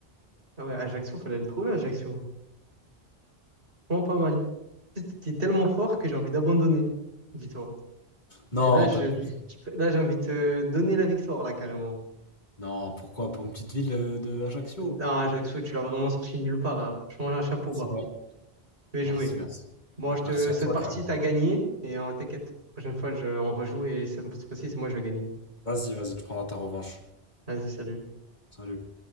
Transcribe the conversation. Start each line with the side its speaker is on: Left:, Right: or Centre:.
Right: Ah ouais, Ajaccio, fallait le trouver, Ajaccio. Bon, pas mal. T'es tellement fort que j'ai envie d'abandonner, dis-toi.
Left: Non,
Right: Et là, je,
Left: t'abuses.
Right: je- là, j'ai envie de te donner la victoire, là, carrément.
Left: Non, pourquoi? Pour une petite ville euh, de Ajaccio.
Right: Non, Jackson, tu l'as vraiment sorti de nulle part. hein. Franchement, un chapeau
Left: C'est
Right: bas.
Left: vrai.
Right: Je vais
Left: Merci,
Right: jouer.
Left: merci.
Right: Bon, je te,
Left: Merci à
Right: cette
Left: toi,
Right: partie,
Left: carrément.
Right: t'as gagné. Et euh, t'inquiète, la prochaine fois, je, on rejoue. Et cette cette fois-ci, c'est moi, je vais gagner.
Left: Vas-y, vas-y, tu prendras ta revanche.
Right: Vas-y, salut.
Left: Salut.